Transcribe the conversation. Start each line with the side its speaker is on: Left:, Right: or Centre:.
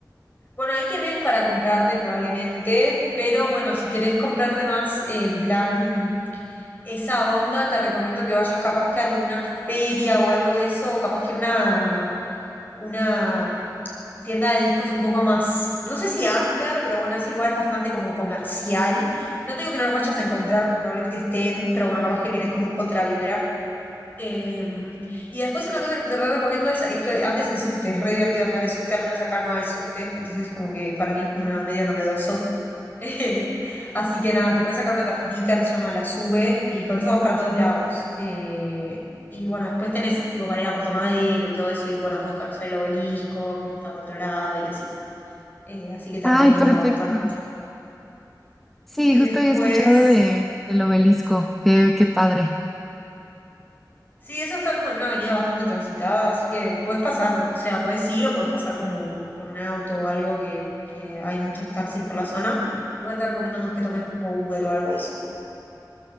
Left: Bueno, ahí tenés para comprarte probablemente, pero bueno, si querés comprarte más eh, en plan esa onda, te recomiendo que vayas capaz que a alguna feria o algo de eso, o capaz que una, una tienda de discos un poco más, no sé si under, pero bueno, ese lugar es bastante como comercial. No te digo que no los vayas a encontrar porque probablemente estén, pero bueno, capaz que querés como otra vibra. Eh, y después una cosa que te re recomiendo es, es que andes en subte, es re divertido andar en subte, al menos acá no hay subte, entonces como que para mí es como una, medio novedoso. <laughs> Así que nada, te puedes sacar una tarjetita que se llama la SUBE y con eso vas para todos lados. Eh, y bueno, después tenés tipo para ir a Puerto Madero y todo eso y bueno, puedes conocer el obelisco que está por otro lado y así. Eh, así que te
Centre: Ay,
Left: recomiendo,
Centre: perfecto.
Left: te recomiendo.
Centre: Sí,
Left: Y
Centre: justo
Left: después...
Centre: había escuchado de, del Obelisco. Qué, qué padre.
Left: Sí, eso está como en una avenida bastante transitada, así que puedes pasar, o sea, puedes ir o puedes pasar como con un auto o algo que, que hay muchos taxis por la zona. Igual te recomiendo más que tomes como Uber o algo de eso.